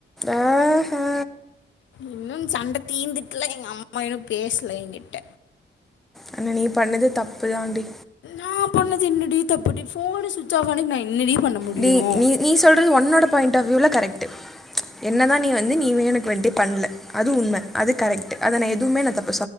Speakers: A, in the centre; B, on the left (about 80°).
A: ஆ ஹா
B: இன்னும் சண்ட தீந்துட்டுல்ல எங்க அம்மா இன்னு பேசல எங்கிட்ட
A: ஆனா நீ பண்ணுனது தப்புதான் தாண்டி
B: நா பண்ணுனது என்னடி தப்புடி போன் சுவிட்ச் ஆப் பண்ணி நா என்னடி பண்ண முடியும்
A: நீ நீ சொல்றது ஒன்னோட பாயிண்ட் ஆஃப் வியூல கரெக்ட் என்னதான் நீ வந்து நீ வேணுமண்டடே பண்ல அது உண்மை அது கரெக்ட் அத நா ஏ எதுவுமே நா தப்